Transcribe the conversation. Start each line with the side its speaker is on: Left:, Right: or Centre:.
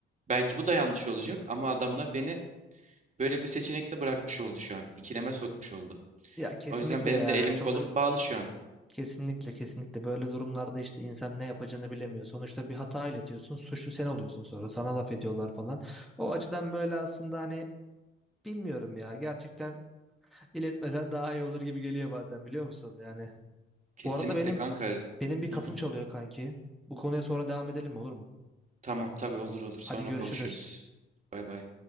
Right: Belki bu da yanlış olacak ama adamlar beni böyle bir seçenekle bırakmış oldu şu an. İkileme sokmuş oldu.
Centre: Ya kesinlikle
Right: O yüzden benim
Centre: ya
Right: de elim
Centre: çok
Right: kolum bağlı şu an.
Centre: kesinlikle kesinlikle böyle durumlarda işte insan ne yapacağını bilemiyor. Sonuçta bir hata iletiyorsun, suçlu sen oluyorsun sonra sana laf ediyorlar falan. O açıdan böyle aslında hani bilmiyorum ya gerçekten İletmesen daha iyi olur gibi geliyor bazen biliyor musun? Yani
Right: Kesinlikle
Centre: bu arada benim
Right: kanka.
Centre: benim bir kapım
Right: Hı hı.
Centre: çalıyor kanki. Bu konuya sonra devam edelim mi olur mu?
Right: Tamam tabii olur olur. Sonra
Centre: Hadi görüşürüz.
Right: konuşuruz. Bay bay.